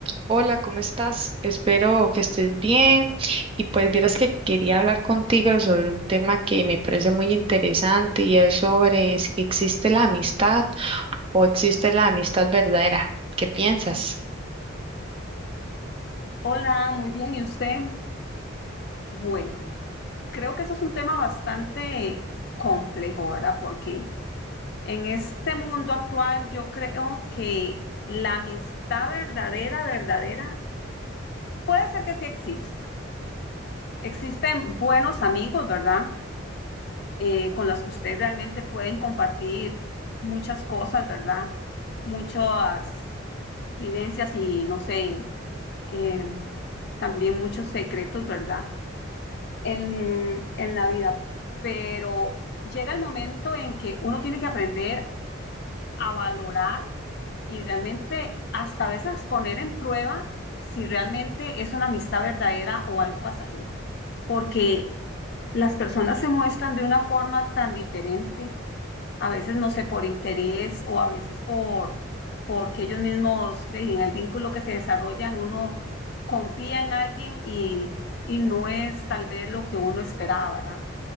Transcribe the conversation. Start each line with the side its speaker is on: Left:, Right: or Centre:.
Right: Hola, ¿cómo estás? Espero que estés bien. Y pues vieras que quería hablar contigo sobre un tema que me parece muy interesante y es sobre si existe la amistad o existe la amistad verdadera. ¿Qué piensas?
Left: Hola, muy bien. ¿Y usted? Bueno, creo que eso es un tema bastante complejo, ¿verdad? Porque en este mundo actual yo creo que la amistad verdadera, verdadera, puede ser que sí exista. Existen buenos amigos, ¿verdad? Eh, con los que ustedes realmente pueden compartir muchas cosas, ¿verdad? Muchas vivencias y, no sé, em, también muchos secretos, ¿verdad? en, en la vida, pero llega el momento en que uno tiene que aprender a valorar y realmente hasta a veces poner en prueba si realmente es una amistad verdadera o algo pasajero, porque las personas se muestran de una forma tan diferente, a veces no sé, por interés o a veces por porque ellos mismos ve, en el vínculo que se desarrollan, uno confía en alguien y, y no es tal vez lo que uno esperaba, ¿verdad?